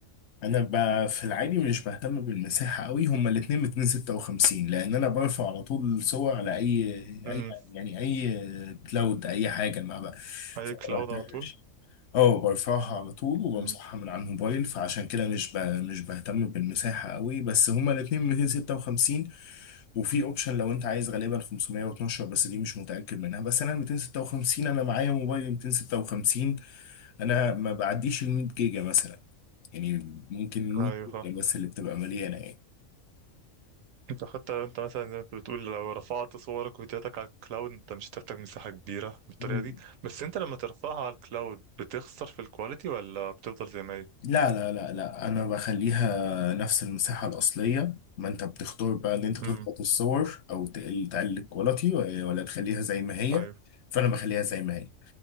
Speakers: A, on the left; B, on the right.
A: أنا ب- في العادي مش بهتم بالمساحة قوي هما الاتنين 256 لأن أنا برفع على طول صور على أي
B: امم
A: أي يعني أي كلاود أي حاجة ما بقى
B: اي
A: فما
B: كلاود
A: بهتمش.
B: على طول
A: اه برفعها على طول وبمسحها
B: امم
A: من على الموبايل فعشان كده مش ب... مش بهتم بالمساحة قوي بس هما الاتنين 256 وفي اوبشن لو انت عايز غالبا 512 بس دي مش متأكد منها بس انا 256 انا معايا موبايل 256 انا ما بعديش ال 100 جيجا مثلا يعني ممكن 100
B: ايوه
A: جيجا بس اللي بتبقى مليانة يعني
B: انت حتى لو انت مثلا زي ما انت بتقول لو رفعت صورك وفيديوهاتك على الكلاود انت مش هتحتاج مساحة كبيرة بالطريقة
A: مم.
B: دي بس انت لما ترفعها على الكلاود بتخسر في الكواليتي ولا بتفضل زي ما هي؟
A: لا لا لا لا انا بخليها نفس المساحه الاصليه ما انت بتختار بقى ان انت تضغط
B: امم
A: الصور او تقل تقلل الكواليتي ولا تخليها زي ما هي
B: ايوه
A: فانا بخليها زي ما هي